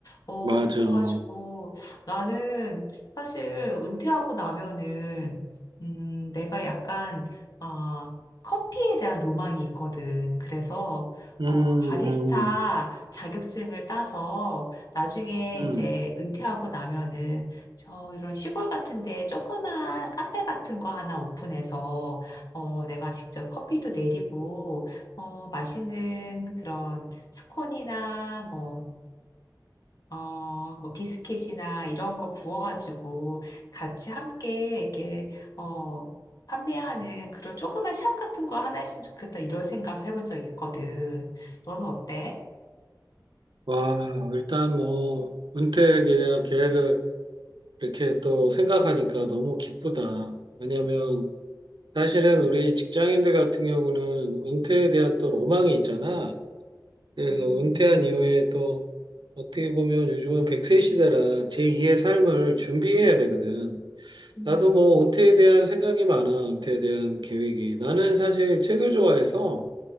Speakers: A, on the left; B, on the right.
A: 어,
B: 맞아.
A: 그래가지고
B: 음,
A: 나는 사실 은퇴하고 나면은 음, 내가 약간 아, 커피에 대한 로망이 있거든. 그래서
B: 음,
A: 어, 바리스타 자격증을 따서 나중에
B: 음.
A: 이제 은퇴하고 나면은 저 이런 시골 같은데 조그만 카페 같은 거 하나 오픈해서 어, 내가 직접 커피도 내리고 어, 맛있는 그런 스콘이나 뭐 어, 뭐, 비스켓이나 이런 거 구워가지고 같이 함께 이렇게, 어, 판매하는 그런 조그만 샵 같은 거 하나 했으면 좋겠다, 이런 생각 해본 적 있거든. 너는 어때?
B: 와, 일단 뭐, 은퇴 계획, 계획을 이렇게 또 생각하니까 너무 기쁘다. 왜냐면, 사실은 우리 직장인들 같은 경우는 은퇴에 대한 또 로망이 있잖아. 그래서
A: 음,
B: 은퇴한 이후에 또, 어떻게 보면 요즘은 백세 시대라 제2의 삶을 준비해야 되거든.
A: 음.
B: 나도 뭐 은퇴에 대한 생각이 많아. 은퇴에 대한 계획이. 나는 사실 책을 좋아해서